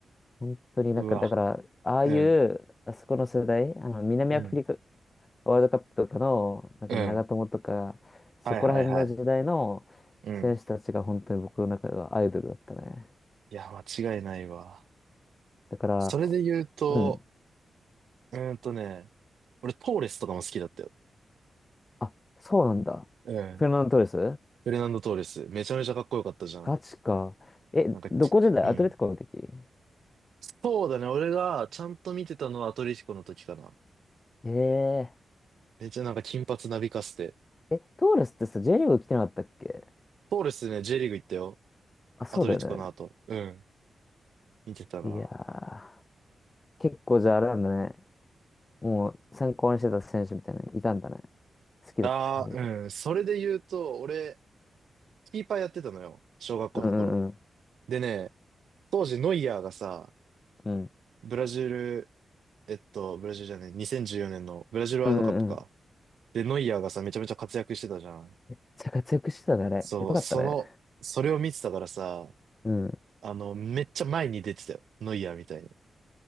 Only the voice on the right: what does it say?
うわ。
うん。
うん。
うん。
はいはいはい。うん。いや、間違いないわ。
それで言うと、
うーんとね、俺トーレスとかも好きだったよ。
うん。
フレナンド・トーレス。めちゃめちゃかっこよかったじゃん。
なんかき、
うん。そうだね。俺がちゃんと見てたのはアトレティコの時かな。
めっちゃなんか金髪なびかせて。
トーレスね、J リーグ行ったよ。
アトレティコの後。うん。見てたな。
ああ、うん。それで言うと、俺、キーパーやってたのよ。小学校の頃。
でね、当時ノイアーがさ、
ブラジル、えっと、ブラジルじゃない、2014年のブラジルワールドカップか。
で、ノイアーがさ、めちゃめちゃ活躍してたじゃん。
そう、
その、それを見てたからさ、
あの、めっちゃ前に出てたよ。ノイアーみたいに。